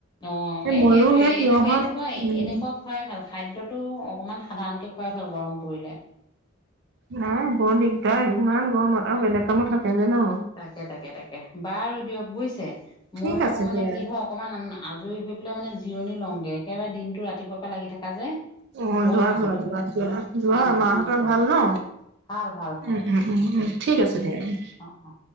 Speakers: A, on the left; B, on the right.
A: অ,
B: এ
A: এই
B: ময়ো
A: সেইটোৱে,
B: সেই তিয়হৰ
A: এনেকুৱা এনেকুৱাই
B: উম
A: এনেকুৱা খোৱাই ভাল, খাদ্যটো অকণমান সাধাৰণকৈ খোৱাই ভাল গৰম পৰিলে।
B: নাই বৰ দিগদাৰ ইমান গৰমত আৰু বেলেগ কামো থাকে যে ন।
A: তাকে, তাকে, তাকে বাৰু দিয়ক বুজিছে মইয়ো
B: ঠিক আছে
A: মানে
B: দিয়া
A: কি হক অকমান মান আজৰি হৈ পেলাই মানে জিৰণি লওঁগে, একেবাৰে দিনটো ৰাতিপুৱাৰ পৰা লাগি থাকা যে।
B: অ,
A: বৰ
B: যোৱা-যোৱা
A: ভাগৰ লাগে
B: যোৱা-যোৱা
A: অ।
B: যোৱা
A: ঠিক
B: মাহঁতৰ
A: আছে হ'ব
B: ভাল ন?
A: ভাল ভাল
B: উম-উম-উম-উম ঠিক আছে দিয়া। উম'
A: অ-অ।